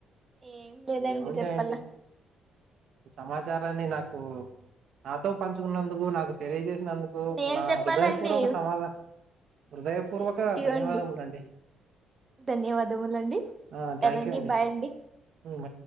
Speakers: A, on the right; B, on the right.
A: ఏం లేదండి
B: ఏముంటాయండి
A: చెప్పాల
B: సమాచ చారాన్ని నాకు నాతో పంచుకున్నందుకు నాకు తెలిజే నందుకు
A: నేను
B: నా
A: చెప్పాలండి
B: హృదయపూర్వక సమాధా హృదయపూర్వక
A: సేమ్ టు యూ
B: ధన్యవాదములండి.
A: అండి ధన్యవాదములండి
B: ఆ
A: ఉంటానండి
B: థ్యాంక్ యూ
A: బాయ్ అండి
B: ఉమ్,